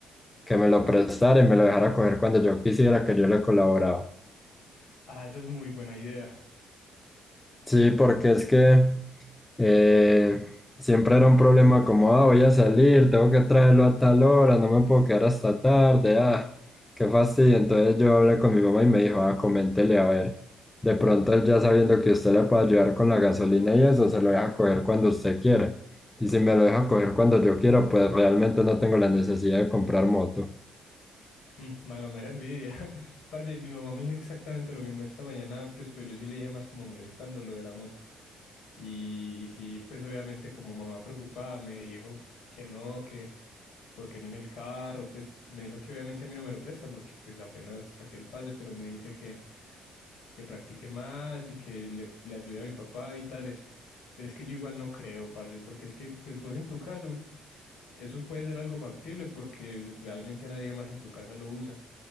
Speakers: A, on the left; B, on the left.
A: que me lo prestara y me lo dejara coger cuando yo quisiera que yo le colaboraba.
B: Ah, esa es muy buena idea.
A: Sí, porque es que eh, siempre era un problema como, ah, voy a salir, tengo que traerlo a tal hora, no me puedo quedar hasta tarde, ah, qué fastidio. Entonces yo hablé con mi mamá y me dijo, ah, coméntele a ver. De pronto él ya sabiendo que usted le puede ayudar con la gasolina y eso, se lo deja coger cuando usted quiera. Y si me lo deja coger cuando yo quiera, pues realmente no tengo la necesidad de comprar moto.
B: Mm, mano, mera envidia. <laughs> Parce, mi mamá me dijo exactamente lo mismo esta mañana, pues, pero yo sí le dije más como molestando lo de la moto. Y, y sí, pues obviamente como mamá preocupada me dijo que no, que porque no en el carro, pues me dijo que obviamente a mí no me lo presta porque pues apenas saqué el pase, pero me dice que que practique más y que le, le ayude a mi papá y tales. Pero es que yo igual no creo, parce, porque es que, pues vos en tu caso, eso puede ser algo factible porque realmente nadie más en tu casa lo usa.